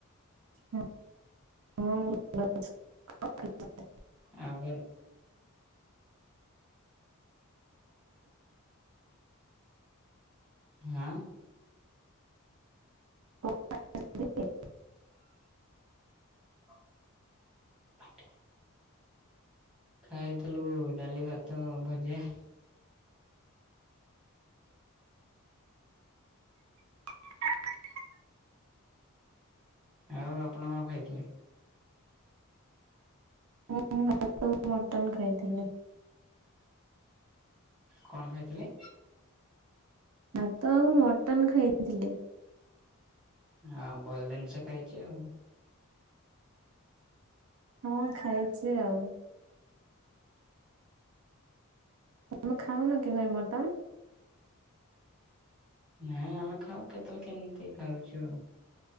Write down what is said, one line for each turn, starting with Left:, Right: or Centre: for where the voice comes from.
Right: ହୁଁ ହଁ ମୁଁ ଭଲ ଅଛି <inaudible>
Centre: ଆଉ ଭେରେ ହାଁ?
Right: <inaudible>
Centre: <unintelligible> ଖାଇଥିଲୁ ଡାଲି ଭାତ ଭଜା।
Right: ହ
Centre: ଆଉ ଆପଣ କଣ ଖାଇଥିଲେ?
Right: ହଁ ମୁଁ ଭାତ କୁ ମଟନ୍ ଖାଇଥିଲି।
Centre: କଣ ଖାଇଥିଲେ?
Right: ଭାତ ଆଉ ମଟନ୍ ଖାଇଥିଲି।
Centre: ଆ ଭଲ ଜିନିଷ ଖାଇଚ ଆଉ।
Right: ହଁ ଖାଇଛି ଆଉ। ତମେ ଖାଉନ କି ଭାଇ ମଟନ୍?
Centre: ନାଇଁ ଆମେ ଖାଉ କେତେବେଳେ କେମିତି ଖାଉଛୁ ଆଉ।